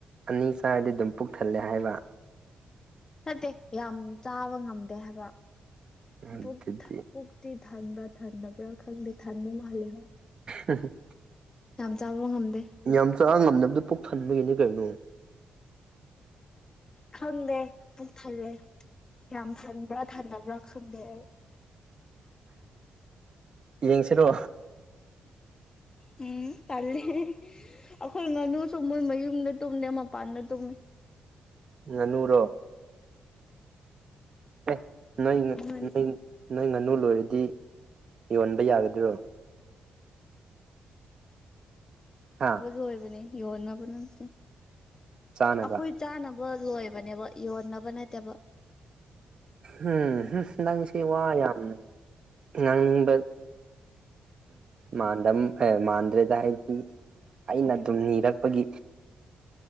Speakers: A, on the right; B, on the left.
A: ꯑꯅꯤ ꯆꯥꯔꯗꯤ ꯑꯗꯨꯝ ꯄꯨꯛ ꯊꯜꯂꯦ ꯍꯥꯏꯕ
B: ꯅꯠꯇꯦ ꯌꯥꯝ ꯆꯥꯕ ꯉꯝꯗꯦ ꯍꯥꯏꯕ
A: ꯑꯗꯨꯗꯤ
B: ꯄꯨꯛ ꯊ ꯄꯨꯛ ꯄꯨꯛꯇꯤ ꯊꯟꯕ꯭ꯔꯥ ꯊꯟꯗꯕ꯭ꯔꯥ ꯈꯪꯗꯦ ꯊꯟꯕ ꯃꯥꯜꯂꯦ ꯍꯣ
A: ꯎꯝ ꯍ <inaudible>
B: ꯌꯥꯝ ꯆꯥꯕ ꯉꯝꯗꯦ
A: ꯌꯥꯝ ꯆꯥ ꯉꯝꯗꯕꯗꯣ ꯄꯨꯛ ꯊꯟꯕꯩꯅꯦ ꯀꯩꯅꯣ
B: ꯈꯪꯗꯦ ꯄꯨꯛ ꯊꯜꯂꯦ ꯌꯥꯝ ꯊꯟꯕ꯭ꯔꯥ ꯊꯟꯗꯕ꯭ꯔꯥ ꯈꯪꯗꯦ ꯑꯩ
A: ꯌꯦꯡꯁꯤꯔꯣ
B: ꯎꯝ ꯇꯜꯂꯦ ꯑꯩꯈꯣꯏ ꯉꯥꯅꯨꯁꯨ ꯃꯣꯏ ꯃꯌꯨꯝꯗ ꯇꯨꯝꯗꯦ ꯃꯄꯥꯟꯗ ꯇꯨꯝꯃꯦ
A: ꯉꯥꯅꯨꯔꯣ ꯑꯦ ꯅꯣꯏ
B: ꯉꯥꯅꯨ
A: ꯅꯣꯏ ꯅꯣꯏ ꯉꯥꯅꯨ ꯂꯣꯏꯔꯗꯤ ꯌꯣꯟꯕ ꯌꯥꯒꯗ꯭ꯔꯣ ꯍꯥ
B: ꯑꯃ ꯂꯣꯏꯕꯅꯦ ꯌꯣꯟꯅꯕ ꯅꯠꯇꯦ
A: ꯆꯥꯅꯕ
B: ꯑꯩꯈꯣꯏ ꯆꯥꯅꯕ ꯂꯣꯏꯕꯅꯦꯕ ꯌꯣꯟꯅꯕ ꯅꯠꯇꯦꯕ
A: ꯎꯝ ꯅꯪꯁꯦ ꯋꯥ ꯌꯥꯝ ꯉꯥꯡꯅꯤꯡꯕ ꯃꯥꯟꯗꯝ ꯑꯦ ꯃꯥꯟꯗ꯭ꯔꯦꯗ ꯑꯩꯗꯤ ꯑꯩꯅ ꯑꯗꯨꯝ ꯅꯤꯔꯛꯄꯒꯤ